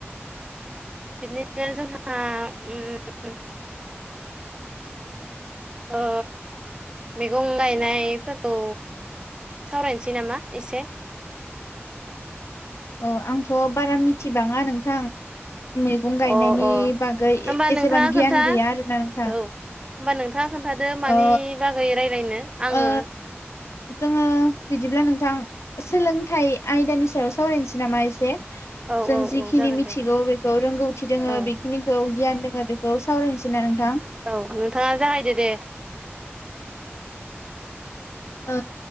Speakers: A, on the right; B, on the left.
A: बिदि जोंहा उम ओ मैगं गायनायफोरखौ सावरायनोसै नामा एसे
B: औ आंथ' बारा मिथिबाङा नोंथां। मैगं गायनायनि
A: अ अ
B: बागै
A: होमबा नोंथाङा
B: एसेबां गियान
A: खोन्था
B: गैया आरोना नोंथां।
A: औ होमबा नोंथाङा खोन्थादो मानि
B: ओ
A: बागै रायज्लायनो आङो
B: ओ जोङो बिदिब्ला नोंथां सोलोंथाइ आयदानि सायाव सावरायनोसै नामा एसे
A: औ
B: जों
A: औ
B: जिखिनि
A: औ जागोन
B: मिथिगौ
A: दे
B: बेखौ रोंगौथि दोङो
A: औ
B: बेखिनिखौ गियान दोङो बेखौ सावरायनोसै ना नोंथां?
A: औ नोंथाङा जागायदो दे।
B: ओ